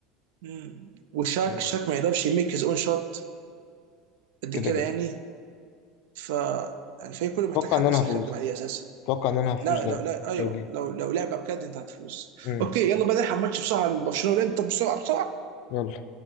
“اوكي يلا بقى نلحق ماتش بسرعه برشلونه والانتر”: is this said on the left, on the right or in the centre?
Right